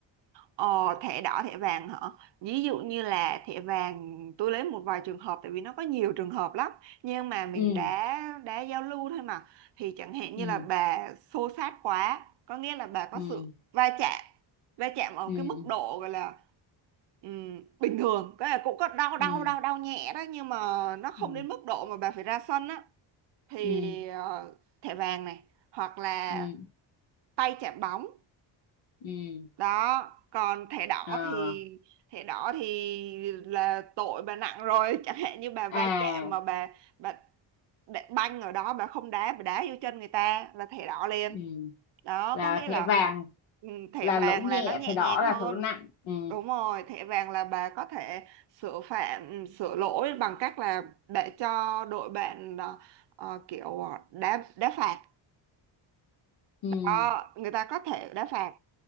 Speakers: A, on the right; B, on the left.
A: Ờ, thẻ đỏ thẻ vàng hả? Ví dụ như là thẻ vàng tôi lấy một vài trường hợp tại vì nó có nhiều trường hợp lắm nhưng mà mình
B: ừ
A: đã đã giao lưu thôi mà thì chẳng hạn như
B: ừ
A: là bà xô xát quá có nghĩa là bà có
B: ừ
A: sự va chạm va chạm ở
B: ừ
A: cái mức độ gọi là ừm, bình thường cái là cũng có đau đau
B: ừ
A: đau đau nhẹ đó nhưng mà nó không
B: ừ
A: đến mức độ mà bà phải ra sân á thì
B: ừ
A: ờ, thẻ vàng này hoặc là
B: ừ
A: tay chạm bóng
B: ừ
A: đó còn thẻ đỏ
B: ờ
A: thì thẻ đỏ thì là tội bà nặng rồi <laughs> chẳng hạn như bà va
B: à
A: chạm mà bà bà đá- banh ở đó bà không đá bà đá vô chân người ta là thẻ đỏ liền
B: ừ
A: đó
B: là
A: có nghĩa
B: thẻ
A: là
B: vàng
A: thẻ ừ, thẻ
B: là
A: vàng
B: lỗi nhẹ
A: là nó nhẹ
B: thẻ đỏ
A: nhàng
B: là
A: hơn
B: lỗi nặng ừ
A: đúng rồi thẻ vàng là bà có thể sửa phạm ừ, sửa lỗi bằng cách là để cho đội bạn ờ, ờ, kiểu đá đá phạt
B: ừ
A: đó người ta có thể đá phạt